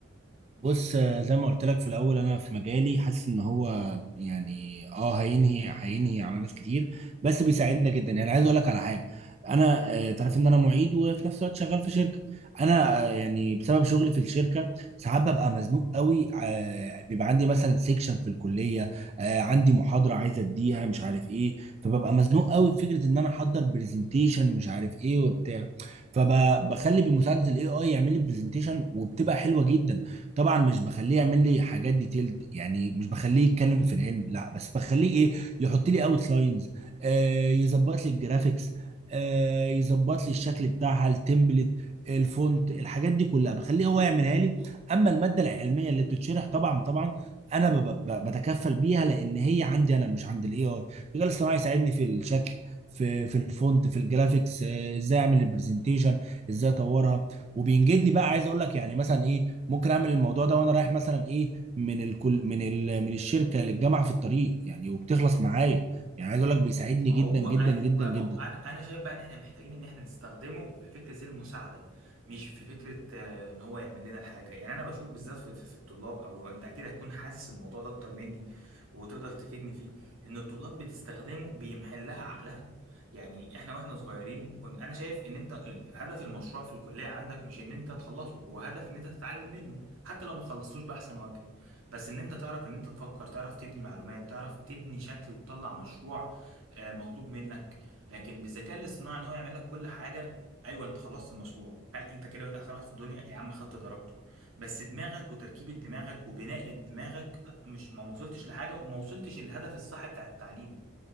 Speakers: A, on the right; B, on the right.
A: بص آه، زي ما قلت لك في الاول انا في مجالي حاسس ان هو يعني اه هينهي هينهي على ناس كتير بس بيساعدنا جدا يعني عايز اقول لك على حاجه انا آه، تعرف ان انا معيد وفي نفس الوقت شغال في شركه انا آه، يعني بسبب شغلي في الشركه ساعات ببقى مزنوق قوي آه، بيبقى عندي مثلا سيكشن في الكليه آه، عندي محاضره عايز اديها مش عارف ايه فببقى مزنوق قوي في فكره ان انا احضر برزنتيشن مش عارف ايه وبتاع فبخلي بمساعده الاي اي يعمل لي برزنتيشن وبتبقى حلوه جدا طبعا مش بخليه يعمل لي حاجات ديتيلد يعني مش بخليه يتكلم في العلم لا بس بخليه ايه يحط لي اوت لاينز آه يظبط لي الجرافيكس آه يظبط لي الشكل بتاعها التمبلت الفونت الحاجات دي كلها بخليه هو يعملها لي اما الماده العلميه اللي بتتشرح طبعا طبعا انا ب- ب- بتكفل بيها لان هي عندي انا مش عند الاي اي الذكاء الاصطناعي يساعدني في الشكل في في الفونت في الجرافيكس آه، ازاي اعمل البرزنتيشن ازاي اطورها وبينجدني بقى عايز اقول لك يعني مثلا ايه ممكن اعمل الموضوع ده وانا رايح مثلا ايه من الكل من ال... من الشركه للجامعه في الطريق يعني وبتخلص معايا يعني عايز اقول لك بيساعدني
B: هو
A: جدا جدا
B: ايوه
A: جدا جدا
B: ما هو انا انا شايف بقى ان احنا محتاجين ان احنا نستخدمه في فكره المساعده مش في فكره آه، ان هو يعمل لنا الحاجه يعني انا بشوف بالذات في, في, في الطلاب او انت اكيد هتكون حاسس الموضوع ده اكتر مني وتقدر تفيدني فيه ان الطلاب بتستخدمه بيمحل لها عقلها يعني احنا واحنا صغيرين كنت انا شايف ان انت آه، هدف المشروع في الكليه عندك مش ان انت تخلصه هو هدف ان انت تتعلم منه حتى لو ما خلصتوش باحسن وجه بس ان انت تعرف ان انت تفكر تعرف تبني معلومات تعرف تبني شكل وتطلع مشروع آه، مطلوب منك لكن بالذكاء الاصطناعي ان هو يعمل لك كل حاجه ايوه انت خلصت المشروع هل انت كده بقيت احسن واحد في الدنيا يا عم خدت درجته بس دماغك وتركيبه دماغك وبناء دماغك لا مش ما وصلتش لحاجه وما وصلتش الهدف الصح بتاع التعليم